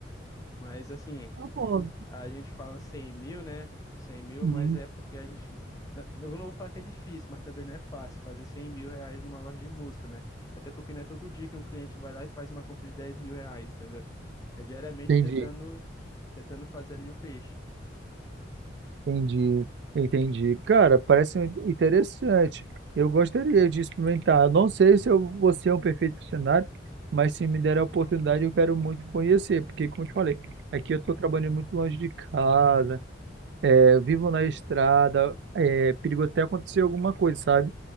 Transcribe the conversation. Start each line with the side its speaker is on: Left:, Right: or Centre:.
Left: Mas assim,
Right: tá bom.
Left: A gente fala cem mil, né? cem mil,
Right: Uhum.
Left: mas é porque a gente. né, Eu não vou falar que é difícil, mas também não é fácil fazer cem mil reais numa loja de música, né? Até porque não é todo dia que um cliente vai lá e faz uma compra de dez mil reais, entendeu? É diariamente
Right: Entendi,
Left: tentando, tentando fazer ali o peixe.
Right: entendi, entendi. Cara, parece in- interessante. Eu gostaria de experimentar. Eu Não sei se eu vou ser um perfeccionário, mas se me der a oportunidade, eu quero muito conhecer, porque, como eu te falei, aqui eu estou trabalhando muito longe de casa, é, vivo na estrada, é perigo até acontecer alguma coisa, sabe?